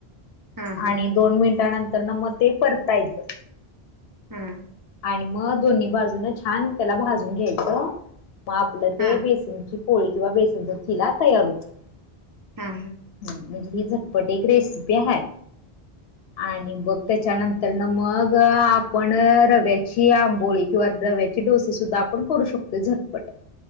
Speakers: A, on the right (about 25°); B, on the left (about 75°).
A: हा हा हा
B: आणि दोन मिनिट नंतर न मग ते परतायचं
A: हम्म
B: आणि मग दोन्ही बाजून छान त्याला भाजून घ्यायचं मग आपलं ते
A: हा
B: बेसनची पोळी किंवा बेसनचा खिला तयार होतो
A: हा हा
B: म्हणजे ह झटपट एक रेसिपी आहे आणि बघ त्याच्यानंतर मग आपण रव्याची आंबोळी किंवा रव्याचे डोसे सुद्धा आपण करू शकतो झटपट